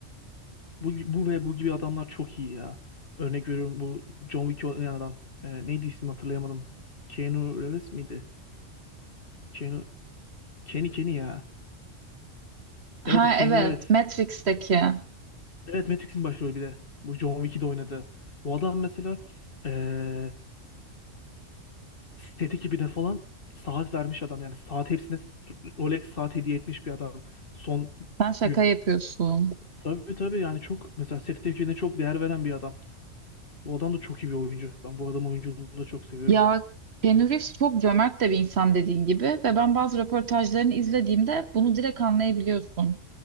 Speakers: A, on the left; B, on the right.
A: Bu, bu ve bu gibi adamlar çok iyi ya. Örnek veriyorum bu John Wick oynayan adam. Ee, neydi ismi hatırlayamadım. Keanu Reeves miydi? Keanu... Kenny Kenny ya.
B: Ha
A: Evet Keanu
B: evet,
A: Reeves.
B: Matrix'teki.
A: Evet Matrix'in başrolü bir de. Bu John Wick'i de oynadı. Bu adam mesela ee, set ekibine falan saat vermiş adam. Yani saat hepsine Rolex saat hediye etmiş bir adam. Son
B: Sen şaka
A: gün.
B: yapıyorsun.
A: Tabii tabii yani çok mesela set ekibine çok değer veren bir adam. Bu adam da çok iyi bir oyuncu. Ben bu adam oyunculuğunu da çok seviyorum.
B: Ya Keanu Reeves çok cömert de bir insan dediğin gibi ve ben bazı röportajlarını izlediğimde bunu direkt anlayabiliyorsun.